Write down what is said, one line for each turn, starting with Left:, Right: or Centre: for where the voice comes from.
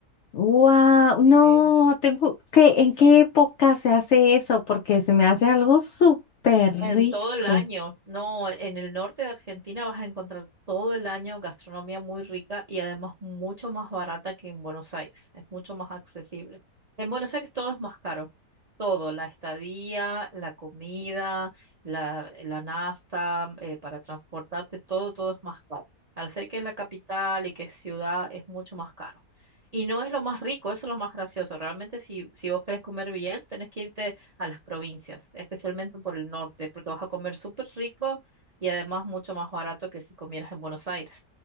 Left: Wow,
Right: <laughs> Así
Left: no,
Right: que...
Left: tengo que, ¿en qué época se hace eso? Porque se me hace algo súper
Right: En
Left: rico.
Right: todo el año, no, en el norte de Argentina vas a encontrar todo el año gastronomía muy rica y además mucho más barata que en Buenos Aires, es mucho más accesible. En Buenos Aires todo es más caro, todo, la estadía, la comida, la, la nafta, eh, para transportarte, todo, todo es más caro. Al ser que es la capital y que es ciudad, es mucho más caro. Y no es lo más rico, eso es lo más gracioso. Realmente si, si vos querés comer bien, tenés que irte a las provincias, especialmente por el norte, porque vas a comer súper rico y además mucho más barato que si comieras en Buenos Aires.